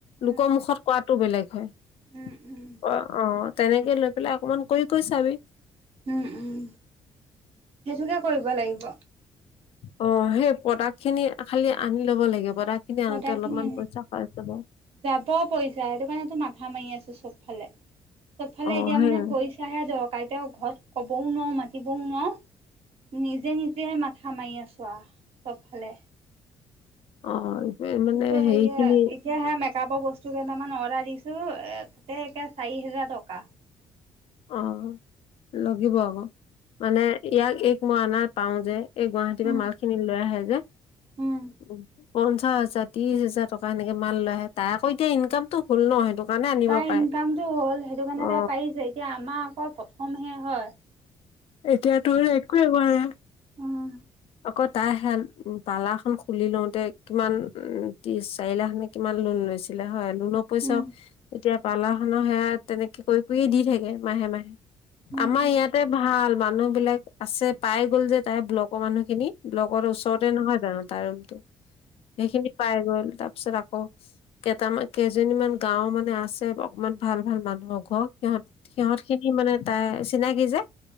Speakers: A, on the right; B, on the left.
A: উম
B: লোকৰ মুখত কৰাটো বেলেগ হয়।
A: উম উম
B: অ' অ' তেনেকে লৈ পেলাই অকমান কৰি কৰি চাবি।
A: উম উম সেইটোকে কৰিব লাগিব।
B: অ' সেই প্ৰডাক্ট খিনি খালি আনি ল'ব লাগে। প্ৰডাক্ট খিনি আনোতে
A: পাউদাৰ
B: অলপমান
A: খিনি আনি,
B: পইচা খৰচ হ'ব
A: যাব পইছা, সেইটো কাৰণোটো মাথা মাৰি আছো চব। ফালে, চবফালে
B: অ
A: এতিয়া
B: সেই
A: মানে পইচাহে দৰকাৰ, এতিয়া ঘৰত ক'বও নোৱাৰোঁ মাতিবও নোৱাৰোঁ নিজে নিজে মাথা মাৰি আছো আহ, চব ফালে
B: অ'। মানে
A: ততে
B: হেৰি
A: এই
B: খিনি
A: এতিয়াে ম পৰ বস্তু কেইটামান অৰ্ডাৰ দিছো, এ তাতে এতিয়া চাৰি হোজাৰ টকা
B: অ', লাগিব আকৌ মানে ইয়াক এক মই অনা পাওঁ যে এই গুৱাহাটী পৰা
A: উম
B: মালখিনি লৈ আহে যে
A: উম
B: উ পঞ্চাশ হাজাৰ ত্ৰিশ হাজাৰ টকা সেনেকে মাল লৈ আহে তাৰ আকৌ এতিয়া ইনকামতটো হ'ল ন' সেইটো কাৰণে আনিব
A: তাৰ
B: পাৰে
A: ইনকামটো হ'ল সেইটো কাৰণে
B: অ
A: তাই পাৰিছে এতিয়া আমাৰ আকৌ প্ৰথমহে হয়।
B: এতিয়া তোৰ একোৱেই হোৱা নাই।
A: উম
B: আকৌ তাই হে পাৰ্লাৰখন খুলি লওতে কিমান উ ত্ৰিশ চাৰি লাখ নে কিমান লোন লৈছে। লৈছিলা হয়। লোনৰ পইচাও
A: উম
B: এতিয়া পাৰ্লাৰখনৰ সেয়া তেনেকে কৰি কৰিয়ে দি থাকে মাহে মাহে
A: উম
B: আমাৰ
A: উম
B: ইয়াতে ভাল মানুহবিলাক আছে পাই গ'ল যে তাই ব্লকৰ মানুহ খিনি লগৰ ওচৰতে নহয় জানো তাৰ ৰুমটো। সেইখিনি পাই গ'ল তাৰ পিছত আকৌ কেইটামান কেইজনীমান গাওঁ মানে আছে অ ভাল ভাল মানুহক ঘৰ সিহঁত সিহঁত খিনি মানে তাই চিনাকি যে